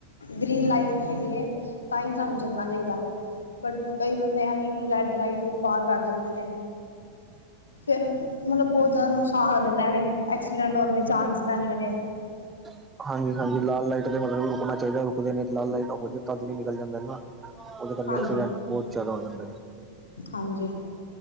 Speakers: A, on the left; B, on the right.
A: ਗਰੀਨ ਲਾਈਟ ਹੈਗੀ ਏ, ਤਾਂਈ ਸਾਨੂੰ ਚੱਲਨਾ ਚਾਈਦਾ ਬਟ ਕਈ ਬੰਦੇ ਐਵੇਂ ਈ ਰੈਡ ਲਾਈਟ ਵੀ ਪਾਰ ਕਰ ਜਾਂਦੇ ਨੇ। ਫੇਰ ਮਤਲਬ ਬੋਤ ਜਿਆਦਾ ਨੁਕਸਾਨ ਹੋ ਜਾਂਦਾ ਐਵੇ ਐਕਸੀਡੈਂਟ ਹੋਣ ਦੇ ਚਾਂਸ ਰਹਿੰਦੇ ਨੇ
B: ਹੂੰ ਹਾਂਜੀ-ਹਾਂਜੀ ਲਾਲ ਲਾਈਟ ਤੇ ਮਤਲਬ ਰੁਕਨਾ ਚਾਈਦਾ ਰੁਕਦੇ ਨੇ। ਲਾਲ ਲਾਈਟ ਹੋ ਜਾਏ ਤਦ ਵੀ ਨਿਕਲ ਜਾਂਦੇ ਨੇ ਨਾ। ਓਹਦੇ ਕਰਕੇ
A: ਹਾਂਜੀ
B: ਐਕਸੀਡੈਂਟ ਬੋਤ ਜਿਆਦਾ ਹੋ ਜਾਂਦੈ।
A: ਹਾਂਜੀ